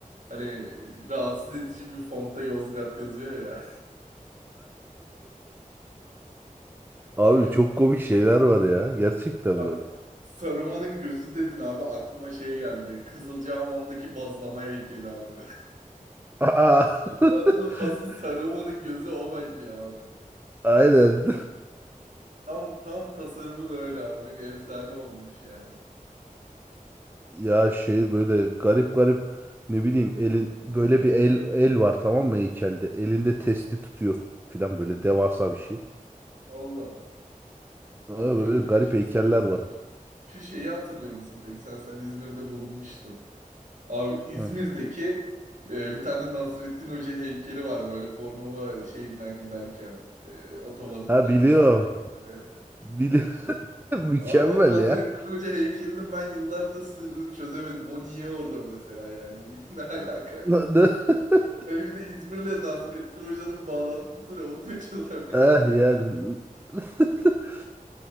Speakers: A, on the right (about 60°); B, on the right (about 15°).
A: hani rahatsız edici bir fontta Yozgat yazıyor ya.
B: Abi
A: <laughs> Abi
B: çok komik şeyler var ya. Gerçekten
A: bak
B: bak.
A: Saruman'ın gözü dedin abi aklıma şey geldi. Kızılcahamam'daki bazlama heykeli abi.
B: Aa. <laughs>
A: <laughs> Asıl, asıl Saruman'ın gözü o bence abi.
B: Aynen.
A: Tam tam tasarımı da öyle abi. Çok efsane olmuş yani.
B: Ya şey böyle garip garip ne bileyim elin böyle bir el el var tamam mı heykelde. Elinde testi tutuyor filan böyle devasa bir şey.
A: Valla.
B: Ha,
A: Abi
B: Böyle
A: çok
B: garip
A: değişik.
B: heykeller
A: ya.
B: var.
A: Şu şeyi hatırlıyor musun peki sen sen İzmir'de bulunmuştun. Abi İzmir'deki
B: Ha,
A: e, bir tane Nasrettin Hoca heykeli var böyle Bornova şeyinden giderken, e, otobanından
B: ha biliyorum.
A: giderken. böyle.
B: Bili- <laughs> Mükemmel
A: Abi o Nasrettin
B: ya.
A: Hoca heykelinin ben yıllardır sırrını çözemedim. O niye orada mesela yani? <laughs> Niye, ne alaka?
B: Na- na- <laughs>
A: Böyle bir de İzmir'le Nasrettin Hoca'nın bağlantısı ne? Onu da çözemedim
B: Ah yani.
A: ben.
B: <laughs>